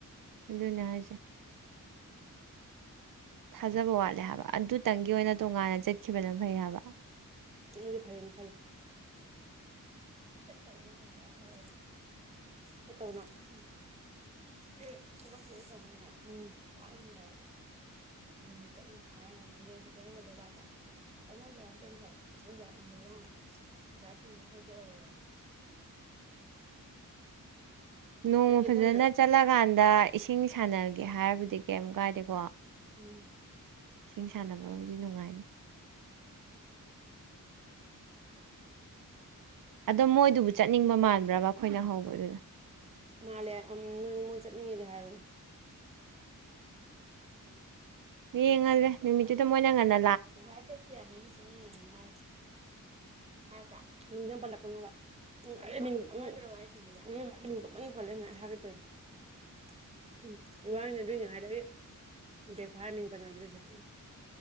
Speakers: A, on the right (about 75°); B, on the right (about 20°).
A: ꯑꯗꯨꯅꯦ ꯍꯥꯏꯁꯦ ꯊꯥꯖꯕ ꯋꯥꯠꯂꯦ ꯍꯥꯏꯕ ꯑꯗꯨꯇꯪꯒꯤ ꯑꯣꯏꯅ ꯇꯣꯉꯥꯟꯅ ꯆꯠꯈꯤꯕꯅ ꯐꯩ ꯍꯥꯏꯕ
B: ꯑꯗꯨꯗꯤ ꯐꯩꯅ ꯆꯂ ꯠꯇ ꯐꯔꯦ ꯐꯔꯦ ꯆꯠꯇꯧꯅ ꯎ ꯑꯩ ꯊꯕꯛꯁꯨ ꯂ ꯆꯅꯤꯅꯦ ꯎꯝ ꯋꯥꯔ ꯎ ꯆꯠ ꯌꯥꯝꯗꯗꯕ ꯖꯒꯥꯗ ꯑꯗꯨꯅ ꯆꯝ ꯀꯔꯤ ꯐꯔꯦ ꯑꯗꯨꯣꯏ ꯌꯥꯝꯉ ꯄꯩꯁꯥ ꯆꯤꯡꯕ ꯁꯇ ꯑꯣꯏꯍꯧꯔꯦꯅꯦ
A: ꯅꯣꯡꯃ
B: ꯑꯩꯗꯤ ꯑꯩꯈꯣꯏꯅ
A: ꯐꯖꯅ ꯆꯠꯂꯀꯥꯟꯗ ꯏꯁꯤꯡ ꯁꯥꯟꯅꯒꯦ ꯍꯥꯏꯔꯕꯗꯤ ꯀꯩꯝ ꯀꯥꯏꯗꯦꯀꯣ
B: ꯎꯝ
A: ꯏꯁꯤꯡ ꯁꯥꯟꯅꯕꯕꯨꯗꯤ ꯅꯨꯡꯉꯥꯏꯅꯤ ꯑꯗꯣ ꯃꯣꯏꯗꯨꯕꯨ ꯆꯠꯅꯤꯡꯕ ꯃꯥꯟꯕ꯭ꯔꯕ ꯑꯩꯈꯣꯏꯅ ꯍꯧꯕꯗꯨꯗ
B: ꯃꯥꯜꯂꯦ ꯅꯣꯏ ꯃꯉꯣꯟ ꯆꯠꯅꯤꯡꯉꯦꯗꯤ ꯍꯥꯏꯕꯅꯦ
A: ꯃꯤ ꯌꯦꯡꯉꯗ꯭ꯔꯦ ꯅꯨꯃꯤꯠꯇꯗ ꯃꯣꯏꯅꯪꯅ
B: <unintelligible> <unintelligible> ꯕꯦ ꯐꯔ ꯃꯤꯡ ꯃꯟꯅꯗ꯭ꯔꯔꯤꯁꯦ